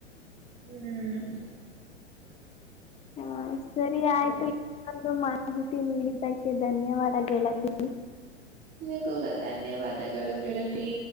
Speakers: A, on the right; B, on the left.
A: ಹ್ಮ್
B: ಹಾ ಸರಿ ಆಯ್ತು ಮಾಹಿತಿ ನೀಡಿದ್ದಕ್ಕೆ ಧನ್ಯವಾದ ಗೆಳತಿ
A: ನಿಗ ಧನ್ಯವಾದಗಳು ಗೆಳತಿ